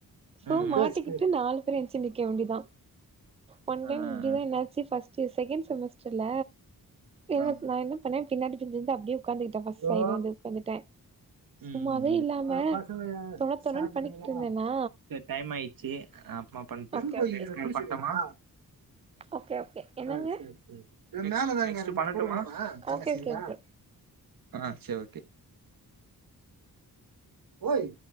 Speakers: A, on the right; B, on the right.
A: சோ
B: ம்.
A: மாட்டிக்கிட்டு
B: பேசு பேசு
A: நாலு பேரு என்ச்சு நிக்க வேண்டிதா போன் டைம்
B: ஆ
A: அப்டிதா
B: ஆ ஆ
A: என்னாச்சு ஃபர்ஸ்ட் செகண்ட் செமஸ்டர்ல என்ன
B: ஆ.
A: நா என்ன பண்ணே பின்னாடி பிரிஞ்சிருந்து அப்டியே உக்காந்துகிட்டே ஃபர்ஸ்ட்
B: ஹலோ
A: சைடு வந்து உக்காந்துட்டே
B: ம்
A: சும்மாவே
B: ம் ம்
A: இல்லாம
B: அ பசங்க
A: தொண தொணன்னு
B: சாப்பிட்டுட்டீங்ளா
A: பண்ணிக்கிட்டு இருந்தேனா
B: செரி டைம் ஆயிடுச்சு நா அப்றோ பண்ட்மா
A: ஓகே ஓகே
B: நெக்ஸ்ட் பண்ட்டுமா
A: ஓகே ஓகே என்னங்க
B: ஆ சேரி சேரி இது மேல எதா குடுக்கணுமா தங்கச்சி
A: ஓகே ஓகே
B: கிட்ட நெக்ஸ்ட்
A: ஓகே
B: பண்ணட்டுமா ஆ சேரி ஓகே ஓய்